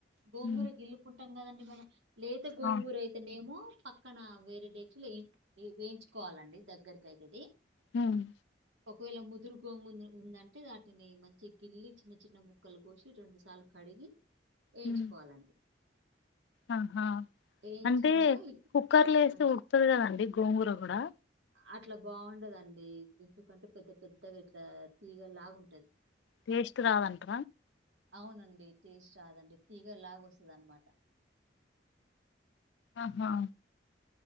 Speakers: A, on the right; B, on the left.
A: గోంగూర
B: హ్మ్
A: గిల్లుకుంటా కదండి మనం లేత గోంగూర
B: అవును
A: అయితేనేేమో పక్కన వేరే డేక్షలు ఎ వేయించుకోవాలండి దగ్గరకైతది
B: హ్మ్
A: ఒకవేళ ముదురు గోముద్రు ఉందంటే వాటిని మంచి గిల్లి చిన్న చిన్న ముక్కలు కోసి రెండు సార్లు క కడిగి ఎయించుకోవాలండి
B: హ్మ్ ఆహా
A: వేయించినాక
B: అంటే
A: ఈ-
B: కుక్కర్లో వేస్తే
A: ఆ,
B: ఉకుతది కదండి గోంగూర కూడా
A: అట్లా బావుండదండి ఎందుకంటే పెద్ద పెద్దగా ఇట్లా తీగ లాగా ఉంటది
B: టేస్ట్ రాదంట
A: అవునండి టేస్ట్ రాదండి తీగలాగ వస్తది అన్నమాట
B: ఆహా